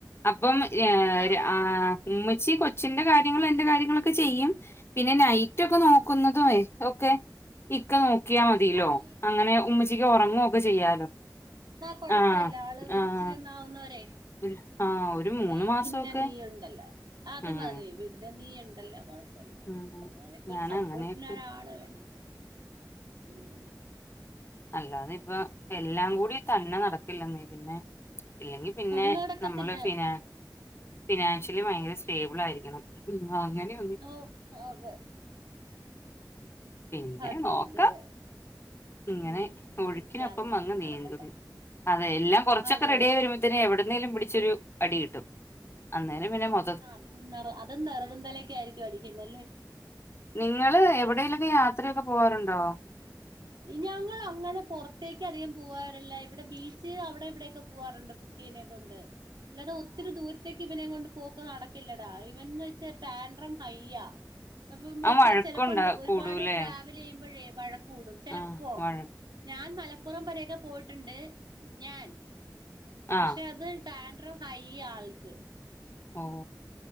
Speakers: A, on the left; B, on the right.
A: അപ്പം ആ
B: ആഹ്
A: ആ ഉമ്മച്ചി കൊച്ചിന്റെ കാര്യങ്ങളും എന്റെ കാര്യങ്ങളൊക്കെ ചെയ്യും പിന്നെ നൈറ്റ് ഒക്കെ നോക്കുന്നതുംേ ഓക്കെ ഇക്ക നോക്കിയാ മതിലോ
B: ആഹ്
A: അങ്ങനെ ഉമ്മച്ചിക്ക് ഉറങ്ങുവൊക്കെ ചെയ്യാലോ
B: കുഴപ്പമില്ല
A: ആഹ്
B: ആള് ഒരിിച്ചിരി
A: ആഹ്
B: ഒന്നാവുന്നവരെ
A: ഒരു ആഹ്
B: പിന്നെ
A: ഒരു മൂന്ന് മാസമൊക്കെ
B: പിന്നെ നീയുണ്ടല്ലോ അത്
A: ഉം
B: മതി പിന്നെ നീയുണ്ടല്ലോ കൊഴപ്പ പ്പല്ല
A: ഉം
B: അന്നേരാക്കെ
A: ഞാൻ
B: ഒരു സപ്പോർട്ടിന്
A: അങ്ങനെയൊക്കെ
B: ഒരാള് വേണം ഉം
A: അല്ലാ തെ ഇപ്പൊ എല്ലാം കൂടി തന്നെ നടക്കില്ല നീ പിന്നെ ഇല്ലെങ്കി പിന്നെ
B: അത് നടക്കത്തില്ല
A: നമ്മള് ഫിനാൻ ഫിനാൻഷ്യലി ഭയങ്കര സ്റ്റേബിൾ ആയിരിക്കണം അനെ
B: ഓ അതെ
A: പിന്നെ
B: അതെ
A: നോക്കാം.
B: അതെ
A: ഇങ്ങനെ
B: ഉം
A: ഒഴുക്കിനൊപ്പം
B: ഇൻഷാ അള്ളാ
A: അങ്ങ്
B: നടക്കട്ടെ
A: നീന്തുന്നു അതെ എല്ലാം കൊറച്ചൊക്കെ
B: അതെ
A: റെഡി ആായി എവിടുന്നേലും പിടിച്ചൊരു അടി കിട്ടും അന്നേരം പിന്നെ മൊ
B: ആ അത അതും നിെറകുന്തലൊക്കെ ആയിരിക്കും അടിക്കുന്നല്ലേ
A: നിങ്ങള് എവിടെേലൊക്കെ യാത്രയൊക്കെ പോവാാറുണ്ടോ
B: ഞങ്ങൾ അങ്ങനെ പുറ ത്തേക്ക് അധികം പോവാറില്ല ഇവിടെ ബീച്ച് അവിടെ ഇവിടെക്കെ പോവാറുണ്ട് കുട്ടീനെ കൊണ്ട് ഇല്ലടാ ഒത്തിരി ദൂരത്തേക്ക് ഇവനെ കൊണ്ട് പോക്ക് നടക്കില്ലടാ ഇവൻന്ന് വെച്ചാൽ ടാൻഡ്രം ഹയ്യ അപ്പൊന്ന്
A: ആ
B: വെച്ചാ
A: വഴക്കുണ്ടാ
B: ചിലപ്പോണ്ട് ഒരുപാട്
A: കൂടൂല്ലേ?
B: ട്രാ വല് ചെയ്യുമ്പോഴേ വഴക്ക് കൂടും ചിലപ്പോ
A: ആ വഴക്ക്.
B: ഞാൻ മലപ്പുറം വരെക്കെ പോയിട്ടുണ്ട് ഞാൻ പക്ഷെ
A: ആ.
B: അത് ടാൻഡ്രം ഹയ്യ ആൾക്ക്
A: ഓ